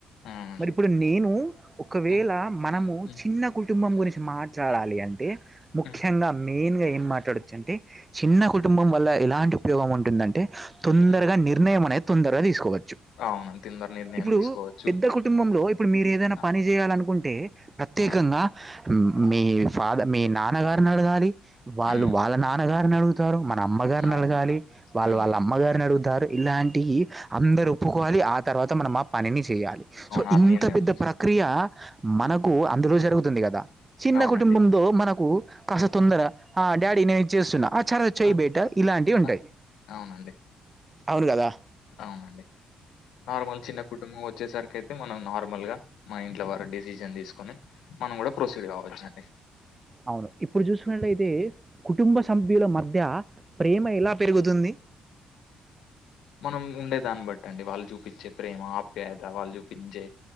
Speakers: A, on the left; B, on the right.
A: అవునండి.
B: మరి ఇప్పుడు నేను ఒకవేళ
A: హ్మ్.
B: మనము
A: హ్మ్.
B: చిన్న కుటుంబం గురిం మాట్లాడాలి అంటే ముఖ్యంగా
A: హ్మ్.
B: మెయిన్ గా ఏం మాట్లాడచ్చు అంటే చిన్న కుటుంబం
A: హ్మ్.
B: వల్ల ఎలాంటి ఉపయోగం ఉంటుందంటే తొందరగా
A: హ్మ్.
B: నిర్ణయం అనేది తొందరగా తీసుకోవ
A: అవును. తొందర నిర్ణయం
B: ఇప్పుడు
A: తీసుకోవచ్చు.
B: పెద్ద కుటుంబంలో
A: హ్మ్.
B: ఇప్పుడు మీరు ఏదైనా
A: ఆ!
B: పని చేయాలనుకుంటే ప్రత్యేకంగా
A: ఆ! ఆ!
B: మీ ఫాద మీ నాన్నగారిని అడగాలి వాళ్ళు
A: హ్మ్.
B: వాళ్ళ నాన్న నాన్న గారుని అడుగుతారు మన అమ్మగారిని
A: అవును.
B: అలగాలి వాళ్ళ
A: ఆ!
B: వాళ్ళ అమ్మగారి తారు ఇలాంటియి అందరు ఒప్పుకోవాలి ఆ తర్వాత మనం ఆ పనిని చేయాలి
A: అవును.
B: సో
A: ఆ
B: ఇంత
A: నిర్ణయం
B: పెద్ద ప్రక్రియ మనకు
A: హ్మ్.
B: అందులో జరుగు తుంది కదా చిన్న
A: అవునండి.
B: కుటుంబంలో మనకు కాస్త తొందర
A: హ్మ్.
B: ఆ డాడీ నేను ఇచ్చేస్తున్నా సరే చేయి
A: ఆ!
B: బేట ఇలాంటివి ఉంటాయి
A: ఆ! అవునండి.
B: అవును గదా
A: అవునండి నార్మల్ చిన్న కుటుంబం వచ్చేసరికే మనం నార్మల్ గా మా ఇంట్లో వారు డెసిషన్ తీసుకొని మనం కూడా ప్రొసీడ్ కావచ్చండి
B: అవును ఇప్పుడు చూసుకున్నట్లయితే కుటుంబ సభ్యుల మధ్య ప్రేమ ఎలా పెరుగుతుంది
A: మనం ఉండే దాన్ని బట్టి అండి వాళ్ళు చూపించే ప్రేమ ఆప్యాయత వాళ్ళు చూపించే